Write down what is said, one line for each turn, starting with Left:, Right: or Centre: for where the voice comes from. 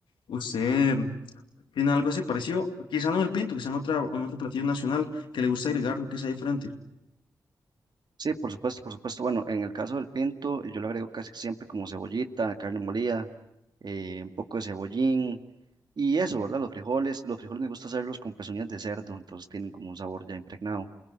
Left: ¿Usted tiene algo así parecido? Quizá no en el pinto, quizá en otra, en otro platillo nacional que le gusta agregar, que sea diferente.
Right: Sí, por supuesto, por supuesto. Bueno, en el caso del pinto, yo le agrego casi siempre como cebollita, carne molida, eh, un poco de cebollín Y eso, ¿verdad? Los frijoles, los frijoles me gusta hacerlos con pezuñas de cerdo, entonces tienen como un sabor ya impregnado.